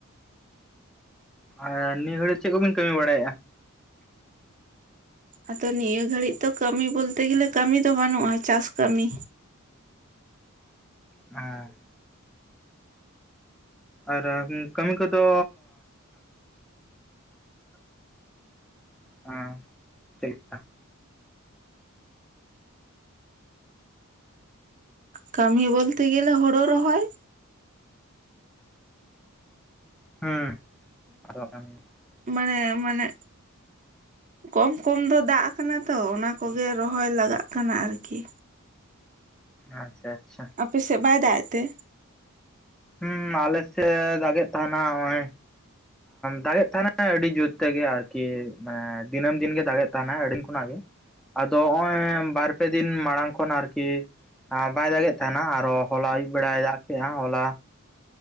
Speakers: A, in the centre; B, on the right.
A: ᱚ ᱟᱨ ᱱᱤᱭᱟᱹ ᱜᱷᱟᱹᱲᱤᱡ ᱪᱮᱫ ᱠᱚᱵᱤᱱ ᱠᱟᱹᱢᱤ ᱵᱟᱲᱟᱭᱮᱫᱼᱟ?
B: ᱟᱫᱚ ᱱᱤᱭᱟᱹ ᱜᱷᱟᱹᱲᱤᱡ ᱫᱚ ᱠᱟᱹᱢᱤ ᱵᱚᱞᱛᱮ ᱜᱮᱞᱮ ᱠᱟᱹᱢᱤ ᱫᱚ ᱵᱟᱹᱱᱩᱜᱼᱟ ᱪᱟᱥ ᱠᱟᱹᱢᱤ᱾
A: ᱦᱮ ᱟᱨ ᱠᱟᱹᱢᱤ ᱠᱚᱫᱚ <inaudible> ᱪᱮᱫᱞᱮᱠᱟ?
B: ᱠᱟᱹᱢᱤ ᱵᱚᱞᱛᱮ ᱜᱮᱞᱮ ᱦᱚᱲᱚ ᱨᱚᱦᱚᱭ᱾
A: ᱦᱮᱸ ᱟᱫᱚ ᱠᱟᱱ <unintelligible>
B: ᱦᱮᱸ ᱢᱟᱱᱮ
A: <inaudible>
B: ᱠᱚᱢ ᱠᱚᱢ ᱫᱚ ᱫᱟᱜ ᱠᱟᱱᱟ ᱛᱚ ᱚᱱᱟ ᱠᱚᱜᱮ ᱨᱚᱦᱚᱭ ᱞᱟᱜᱟᱜ ᱠᱟᱱᱟ ᱟᱨᱠᱤ᱾
A: ᱟᱪᱪᱷᱟ ᱟᱪᱪᱷᱟ᱾
B: ᱟᱯᱮᱥᱮᱫ ᱵᱟᱭ ᱫᱟᱜ ᱮᱫ ᱛᱮ?
A: ᱦᱩᱸ ᱟᱞᱮᱥᱮᱫ ᱫᱟᱜᱮᱫ ᱛᱟᱦᱮᱱᱟ ᱱᱚᱜᱼᱚᱭ ᱫᱟᱜᱮᱫ ᱛᱟᱦᱮᱱᱟᱭ ᱟᱹᱰᱤ ᱡᱳᱨ ᱛᱮᱜᱮ ᱟᱨᱠᱤ ᱢᱟᱱᱮ ᱫᱤᱱᱟᱹᱢ ᱫᱤᱱ ᱜᱮ ᱫᱟᱜᱮᱫ ᱛᱟᱦᱮᱱᱟᱭ ᱟᱹᱤᱱ ᱠᱷᱚᱱᱟᱜ ᱜᱮ᱾ ᱟᱫᱚ ᱱᱚᱜ ᱚᱭ ᱵᱟᱨᱯᱮ ᱫᱤᱱ ᱢᱟᱲᱟᱝ ᱠᱷᱚᱱ ᱟᱨᱠᱤ ᱵᱟᱭ ᱫᱟᱜ ᱮᱫ ᱛᱟᱦᱮᱱᱟ ᱟᱨᱚ ᱦᱚᱞᱟ ᱟᱹᱭᱩᱵ ᱵᱮᱲᱟᱭ ᱫᱟᱜ ᱠᱮᱫᱼᱟ ᱦᱚᱞᱟ